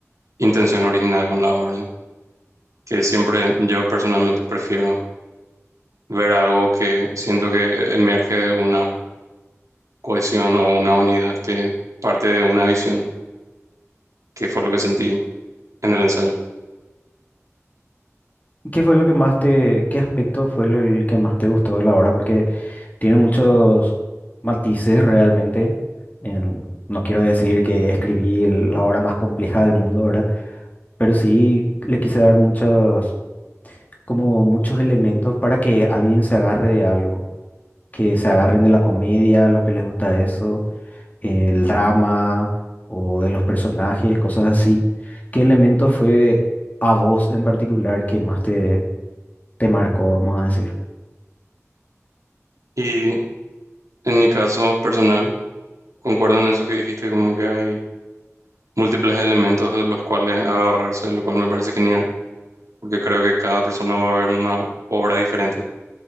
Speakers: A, on the right; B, on the left.
A: intención original con la obra, ¿no? Que siempre yo personalmente prefiero ver algo que siento que emerge de una cohesión o una unidad que parte de una visión, que fue lo que sentí en el ensayo.
B: ¿Qué fue lo que más te, qué aspecto fue lo- el que más te gustó de la obra? Porque tiene muchos matices realmente. en- no quiero decir que escribí el- la obra más compleja del mundo, ¿verdad? Pero sí le quise dar muchos, como muchos elementos para que alguien se agarre de algo. que se agarren de la comedia, los que les gusta eso, el drama o de los personajes, cosas así. ¿Qué elemento fue a vos en particular que más te, te marcó, vamos a decir?
A: Y en mi caso personal, concuerdo en eso que dijiste, como que hay múltiples elementos de los cuales agarrarse, lo cual me parece genial, porque creo que cada persona va a ver una obra diferente.